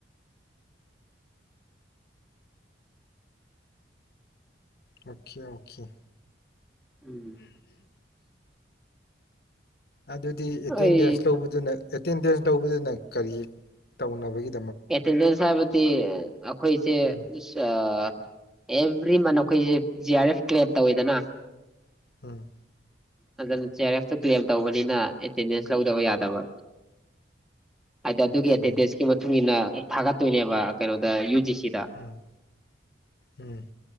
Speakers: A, on the left; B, in the centre.
A: ꯑꯣꯀꯦ ꯑꯣꯀꯦ
B: ꯎꯝ
A: ꯑꯗꯨꯗꯤ ꯑꯦꯇꯦꯟꯗꯦꯟꯁ
B: ꯑꯩ
A: ꯂꯧꯕꯗꯨꯅ ꯑꯦꯇꯦꯟꯗꯦꯟꯁ ꯂꯧꯕꯗꯨꯅ ꯀꯔꯤ ꯇꯧꯅꯕꯒꯤ
B: ꯑꯦꯠꯇꯦꯟꯗꯁ ꯍꯥꯏꯕꯗꯤ ꯑꯣ ꯑꯩꯈꯣꯏꯁꯦ
A: ꯎꯝ
B: ꯑꯥ ꯑꯦꯚ꯭ꯔꯤ ꯃꯟ ꯑꯩꯈꯣꯏꯁꯦ ꯖꯤ ꯑꯥꯔ ꯑꯦꯐ ꯀ꯭ꯂꯦꯝ ꯇꯧꯋꯤꯗꯅ
A: ꯎꯝ
B: ꯑꯗꯨꯅ G R F to claim ꯇꯧꯕꯅꯤꯅ ꯑꯦꯇꯦꯟꯗꯦꯟꯁ ꯂꯧꯗꯕ ꯌꯥꯗꯕ ꯍꯥꯏ
A: ꯑꯣꯀꯦ
B: ꯑꯗꯨꯒꯤ ꯑꯦꯇꯦꯟꯗꯦꯟꯁꯀꯤ ꯃꯇꯨꯡ ꯏꯟꯅ ꯊꯥꯒꯠꯇꯣꯏꯅꯦꯕ ꯀꯩꯅꯣꯗ ꯌꯨ ꯖꯤ ꯁꯤ ꯀꯤꯗ
A: ꯎꯝ ꯎꯝ